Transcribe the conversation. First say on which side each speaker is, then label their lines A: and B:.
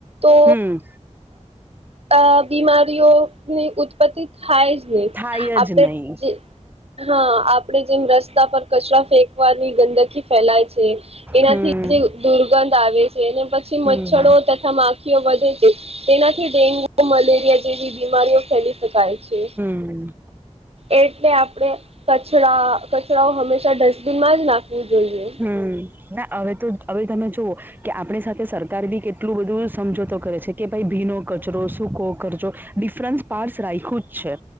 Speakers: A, on the right; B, on the right.
A: તો
B: હમ
A: અ બીમારીઓની ઉત્પત્તિ થાય જ
B: થાય
A: આપણે
B: જ નહીં.
A: જે હા આપડે જેમ રસ્તા પર કચરા ફેંકવાની ગંદકી ફેલાય છે.
B: હમ
A: જે દુર્ગંધ આવે છે અને પછી
B: હમ
A: મચ્છરો તથા વધે છે તેનાથી ડેન્ગુ, મલેરિયા જેવી બીમારીઓ ફેલી શકાય છે.
B: હમ્મ.
A: એટલે આપડણે કચરા કચરાઓ હંમેશા ડસ્ટબિનમાં જ નાખવું જોઈએ.
B: હમ્મ ના હવે તો હવે તમે જુઓ. કે આપણી સાથે સરકાર બી કેટલું બધું સમજોતો કરે છે. કે ભાઈ ભીનો કચરો, સૂકો કરચો. ડિફરન્સ પાર્ટસ રાખ્યું જ છે